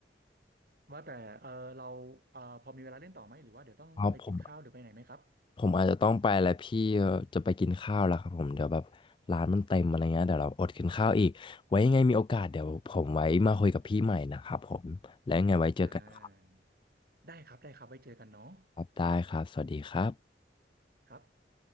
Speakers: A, on the right; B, on the left.
A: ว่าแต่เออเราเออพอมีเวลาเล่นต่อไหมหรือว่าเดี๋ยวต้องไปกินข้าวหรือไปไหนไหมครับ
B: เอาผม ผมอาจจะต้องไปแล้วพี่เอ่อจะไปกินข้าวแล้วครับผมเดี๋ยวแบบร้านมันเต็มอะไรเงี้ยเดี๋ยวเราอดกินข้าวอีกไว้ยังไงมีโอกาสเดี๋ยวผมไว้มาคุยกับพี่ใหม่นะครับผมแล้วยังไงไว้เจอกันครั
A: อ่าได้ครับได้ครับไว้เจอกันเนาะ
B: บได้ครับสวัสดีครับ
A: ครับ